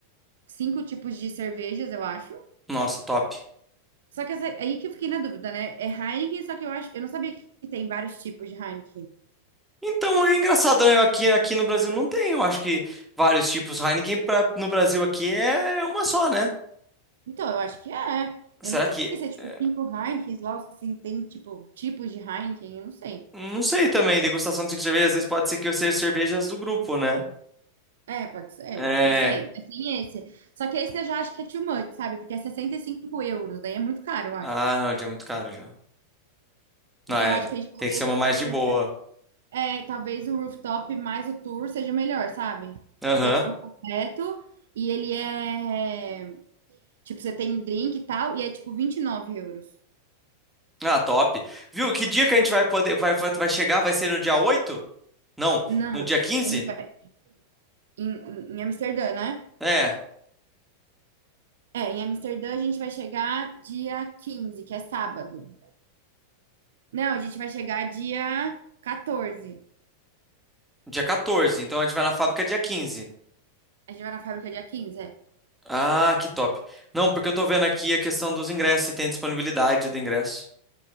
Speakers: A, on the right (about 60°); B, in the centre.
A: cinco tipos de cervejas, eu acho.
B: Nossa, top.
A: Só que essa- é aí que eu fiquei na dúvida, né? É Heineken, só que eu acho, eu não sabia que tem vários tipos de Heineken.
B: Então é engraçado, né? Aqui, aqui no Brasil não tem, eu acho que vários tipos. Heineken pra, no Brasil aqui é uma só, né?
A: Então, eu acho que é. é.
B: Será
A: Eu não sei
B: que.
A: se é tipo
B: é,
A: cinco Heinekens lá, ou se tem tipo tipos de Heineken, eu não sei.
B: não sei também, degustação de cinco cervejas, às vezes pode ser que eu seja cervejas do grupo, né?
A: É, pode ser,
B: É.
A: não sei. Mas tem esse. Só que esse eu já acho que é too much, sabe? Porque é 65 euros, daí é muito caro, eu acho.
B: Ah, não, já é muito caro já. Não,
A: Então
B: é.
A: eu acho que a gente talvez.
B: Tem que ser uma mais de
A: o-
B: boa.
A: eu- É, talvez o rooftop mais o tour seja melhor, sabe?
B: Aham.
A: Porque é tipo completo e ele é. Tipo, você tem o drink e tal, e é tipo 29 euros.
B: Ah, top. Viu? Que dia que a gente vai poder. Vai, vai vai chegar? Vai ser no dia 8? Não,
A: Não,
B: no dia 15?
A: a gente vai em, em em Amsterdã, né?
B: É,
A: É, em Amsterdã a gente vai chegar dia 15, que é sábado. Não, a gente vai chegar dia 14.
B: dia 14. Então a gente vai na fábrica dia 15.
A: A gente vai na fábrica dia 15. é.
B: Ah, que top. Não, porque eu tô vendo aqui a questão dos ingressos, se tem disponibilidade do ingresso.